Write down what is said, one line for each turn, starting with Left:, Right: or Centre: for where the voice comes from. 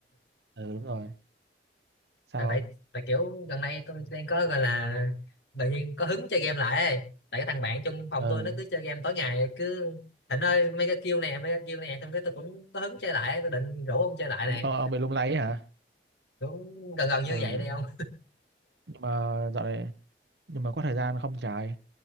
Right: Ừ đúng rồi. Sao
Left: À, tại
Right: không?
Left: tại kiểu gần đây tôi đang có gọi là tự nhiên có hứng chơi game lại ấy. Tại cái thằng bạn trong phòng
Right: Ừ.
Left: tôi nó cứ chơi game tối ngày cứ Thịnh ơi mấy cái kill nè, mấy cái kill nè, xong cái tôi cũng có hứng chơi lại, tôi định rủ ông chơi lại
Right: Ông,
Left: này.
Right: ông, ông bị lung lay ấy hả?
Left: Cũng gần gần
Right: Ừ.
Left: như vậy đây ông.
Right: Nhưng mà dạo này nhưng mà có thời gian không trái.